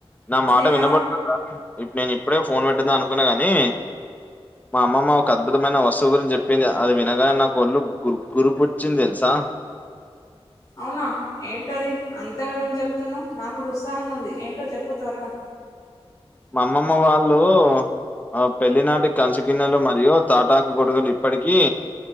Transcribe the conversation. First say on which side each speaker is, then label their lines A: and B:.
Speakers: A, on the left (about 15°); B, on the left (about 35°).
A: నా మాట
B: నేనా
A: వినబడుతుందా ఇప్ నేను ఇప్పుడే ఫోన్ పెట్టేదాం అనుకున్నా గాని మా అమ్మమ్మ ఒక అద్భుతమైన వస్తువు గురించి చెప్పింది అది వినగానే నాకు ఒళ్ళు గు గురిపు వచ్చింది తెలుసా
B: అవునా ఏంటది అంతగనం చెప్తున్నావు నాకు ఉత్సాహంగా ఉంది ఏంటో చెప్పు త్వరగా
A: మా అమ్మమ్మ వాళ్ళు ఆ పెళ్లినాటి కంచు గిన్నెలు మరియు తాటాకు గొడుగులు ఇప్పడికిీ